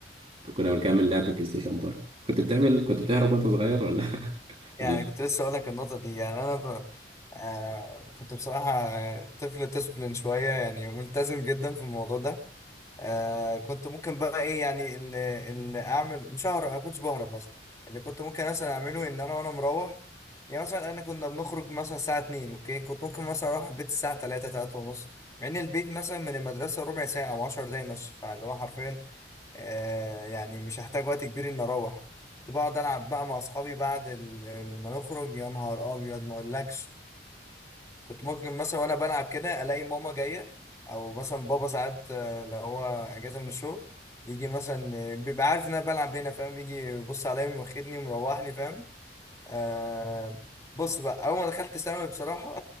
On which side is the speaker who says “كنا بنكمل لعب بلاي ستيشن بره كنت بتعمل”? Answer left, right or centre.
Right